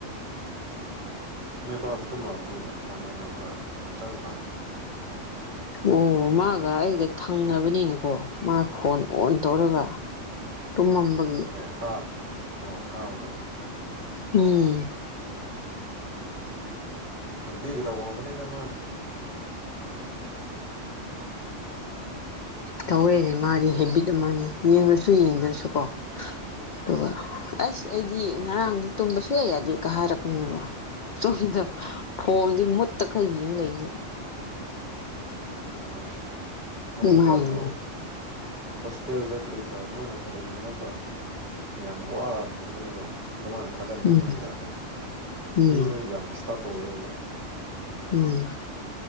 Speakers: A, on the right; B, on the left.
A: ꯅꯣꯏ ꯄꯕꯥꯁꯨ ꯇꯨꯝꯃꯑꯕꯅꯤꯗ ꯐꯣꯟ ꯌꯦꯡꯉꯝꯃꯔꯣꯏ ꯑꯗꯨꯝ ꯆꯪꯈ꯭ꯔꯅꯨ
B: ꯑꯣ ꯃꯥꯒ ꯑꯩꯒ ꯊꯪꯅꯕꯅꯤꯅꯀꯣ ꯃꯥ ꯐꯣꯟ ꯑꯣꯟ ꯇꯧꯔꯒ ꯇꯨꯝꯃꯝꯕ
A: ꯑꯦ ꯊꯥ ꯑꯣ ꯊꯥꯕꯗꯣ
B: ꯎꯝ
A: ꯅꯨꯡꯄꯤꯤꯒꯦ ꯇꯧꯕ ꯉꯝꯕꯅꯤꯗ ꯃꯥꯗꯤ
B: ꯇꯧꯋꯦꯅꯦ ꯃꯥꯗꯤ ꯍꯦꯕꯤꯠ ꯑꯃꯅꯤ ꯌꯦꯡꯉꯁꯨ ꯌꯦꯡꯗ꯭ꯔꯁꯨꯀꯣ ꯑꯗꯨꯒ ꯑꯁ ꯑꯩꯗꯤ ꯉꯔꯥꯡꯗꯤ ꯇꯨꯝꯕ ꯁꯨꯌꯥ ꯌꯥꯗꯦ ꯀꯥ ꯍꯥꯏꯔꯛꯀꯅꯦꯕ ꯁꯣꯝꯗ ꯈꯣꯡꯗꯤ ꯃꯨꯠꯇ ꯈꯩꯌꯦꯡ ꯂꯩꯅꯤ
A: ꯑꯁ ꯃꯗꯨ
B: ꯅꯨꯡꯉꯥꯏꯅꯤ
A: ꯖꯥꯠꯇꯨ ꯍꯣꯁꯇꯦꯜꯗ ꯀꯔꯤ ꯀꯔꯥ ꯑꯗꯨꯃꯥꯏꯅ ꯑꯃ ꯂꯩꯃꯤꯅꯕ ꯌꯥꯝꯅ ꯋꯥꯕ ꯑꯝꯕꯅꯦꯕꯣ ꯑꯗꯨ ꯃꯥꯅ ꯊꯥꯒꯟꯕ
B: ꯎꯝ
A: ꯃꯤ ꯖꯥꯗꯣ
B: ꯎꯝ
A: ꯃꯤꯗꯨꯗꯤ ꯌꯥꯝ ꯗꯤꯁꯇꯥꯔꯕ ꯇꯧꯋꯦꯕ
B: ꯎꯝ